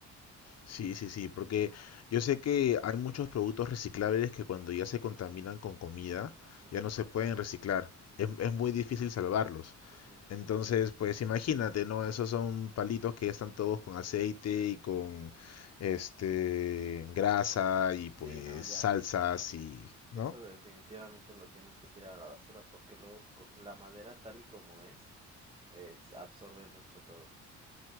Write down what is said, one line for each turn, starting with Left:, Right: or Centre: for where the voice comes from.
Left: sí, sí, sí, porque yo sé que hay muchos productos reciclables que cuando ya se contaminan con comida,
Right: Ujú,
Left: ya no se pueden reciclar. Es, es muy difícil salvarlos.
Right: ujú.
Left: Entonces, pues imagínate, ¿no? Esos son palitos que ya están todos con aceite y con este grasa y pues
Right: Sí, no, ya.
Left: salsas y, ¿no?
Right: Eso definitivamente lo tienes que tirar a la basura porque luego co- la madera tal y como es, es absorbe mucho todo.